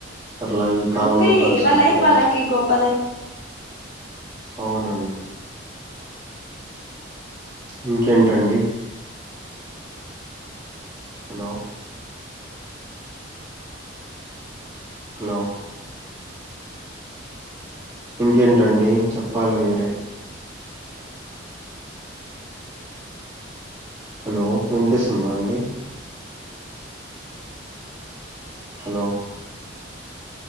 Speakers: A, on the right; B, on the left.
A: అట్లా ఈ కాలంలో
B: అంతే
A: కలిసికట్టుగా
B: ఎవరి లైఫ్ వాళ్ళకి గొప్పది
A: అవునండి ఇంకేంటండి హలో హలో ఇంకేంటండి చెప్పాలి మీరే హలో వినిపిస్తుందా అండి హలో